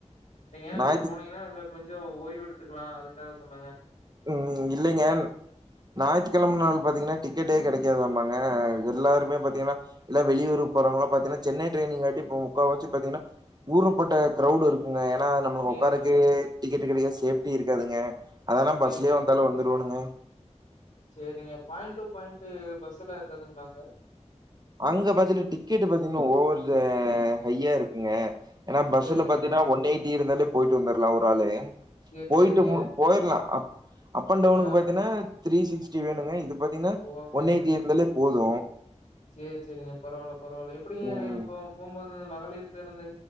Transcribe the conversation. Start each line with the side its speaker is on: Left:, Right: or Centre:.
Left: இல்லைங்க
Right: ஞாயித்து
Left: நீங்க போனீங்கன்னா அதுல கொஞ்சோ ஓய்வு எடுத்துக்கலா அதுக்காக சொன்னேங்க
Right: ம் இல்லைங்க ஞாயித்துக்கெழம நாள் பாத்தீங்கன்னா டிக்கெட்டே கெடைக்காதாம்மாங்க எல்லாருமே பாத்தீங்கன்னா எல்லா வெளியூர்க்கு போறவங்களா பாத்தீங்னா சென்னை ட்ரெயின் இல்லாட்டி இப்போ முக்கா வாசி பாத்தீங்கன்னா ஊருப்பட்ட கரவுடு இருக்குங்க ஏன்னா நம்மளுக்கு
Left: சேரிங்க
Right: உக்காரக்கே டிக்கெட்டு கெடைக்க சேஃப்டி இருக்காதுங்க அதனா
Left: சேரிங்க
Right: ச்சிலியோ வந்தாலு வந்துருவணுங்க
Left: சேரிங்க பாயிண்ட் டு பாயிண்ட்டு பஸ் எல்லா இருக்காதுங்களாங்க
Right: அங்க பாத்தினா டிக்கெட் பாத்தீங்கன்னா ஓவரு ஹையா இருக்குங்க ஏன்னா பஸ்ல
Left: சேரிங்க.
Right: பாத்தீங்கன்னா ஒன் எயிட்டி இருந்தாலே போயிட்டு வந்துட்லா ஒரு ஆளு
Left: சேரி,
Right: போயிட்டு
Left: சேரிங்க.
Right: மு போயிரலா அப் அண்ட் டவுனுக்கு
Left: ஆ.
Right: பாத்தீங்கன்னா த்ரீ சிக்ஸ்டி வேணுங்க இது பாத்தீங்கன்னா
Left: ஓகேங்க.
Right: ஒன் எயிட்டி இ ருந்தாலே போது
Left: சேரி சேரிங்க பரவால்ல பரவால்ல எப்டிங்க
Right: ம்
Left: இப்போ போம்போது மகளிர் பேருந்து